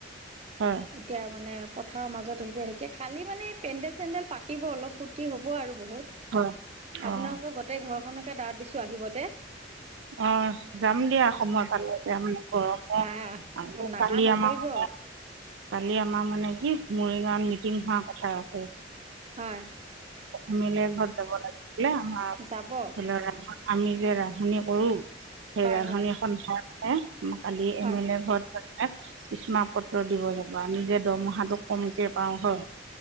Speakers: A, on the right; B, on the right.
A: হয়
B: এতিয়া মানে পথাৰৰ মাজত আহি সে কালি মানে পেণ্ডেল, চেণ্ডেল পাতিব অলপ ফূ্তি হ'ব আৰু বহুত
A: হয় অঁ
B: আপোনালোকৰ গোটেই ঘৰখনকে দাৱত দিছো আহিব দে
A: অঁ যাম দিয়া সময় পালে যাম। গৰমো
B: আহ
A: আৰু
B: নাহা
A: কালি
B: নকৰিব
A: আমাৰ মানে কালি আমাৰ মানে কি মৰিগাঁৱত মিটিং হোৱা কথা আছে।
B: হয়
A: অসমীয়া লে ঘৰত যাব লাগিছিলে আমাৰ ধৰি
B: যাব
A: ল আমি যে ৰান্ধি কৰো সে
B: হয়
A: ৰান্ধনী
B: হয়
A: সন্থা এ কালি
B: হয়
A: এম এ লে ঘৰত স্মাক পত্ৰ দিব যাব আমি যে দৰমহাটো কমকে পাও হয়।